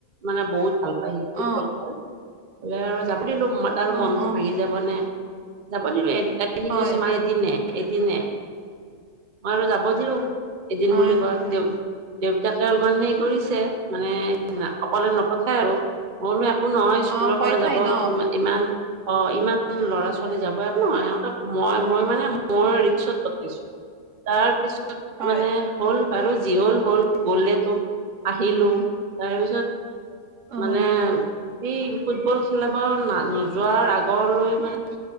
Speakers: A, on the right; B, on the right.
A: মানে বহুত ভাল। ফুটবল
B: অ
A: খেল, এহ আৰু যাব দিলো, মই তাৰ
B: অ
A: মনটো
B: অ
A: ভাঙি যাব। হবনে, ‍ যাব দিলোঁ, এতিয়া কি
B: হয়
A: কৈছে মা এই এদিনে এদিনে, মই আৰু যাব দিলো এদিন
B: হয়
A: বুলি কোৱা তেও দেউতাকে অলপমান হেৰি কৰিছে, মানে অকলে নপঠায় আৰু মই বোলো একো নহয়, স্কুলৰ
B: অ ভয়
A: পৰা
B: খাই
A: যাব
B: ন
A: ইমান অ ইমান লৰা ছোৱালী যাব একো নহয়, সিহঁতক মই মই মানে মই ৰিক্সত পঠাইছো। তাৰপিছত তহ
B: হয়
A: মানে হ'ল বাৰু, যি হ'ল হ'ল, গলেতো আহিলো, তাৰপিছত
B: অ
A: মানে, সেই ফুটবল খেলা নোযোৱাৰ আগলৈ মানে